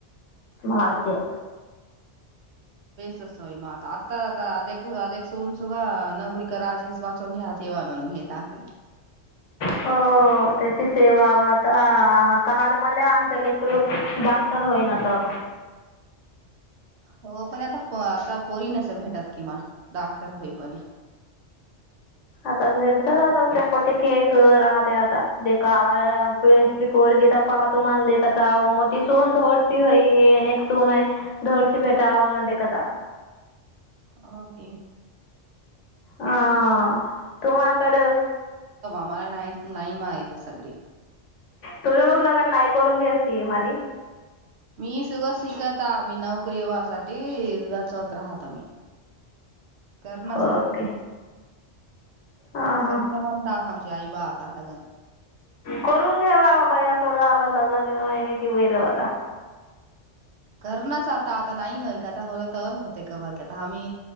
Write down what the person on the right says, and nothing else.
म आ आता अ अ सून सु का नोकरी करायची वाचवून घ्यायचीवय म्हणून घ अग
हो पण आता आता पोरी नच भेटात किमान डाक्टर होई पण
ओके
मला नाहीत नाही मा आहेत सगळे
मी सुगा शिकत आम्ही नोकरीवासाठी वाचवत राहत आ मी कर्णसादा
करत
म्हणतात आमची आई बाात कालाग
करणच आता-आता नाही आहे का आता होलं तर होते कबर आता आम्ही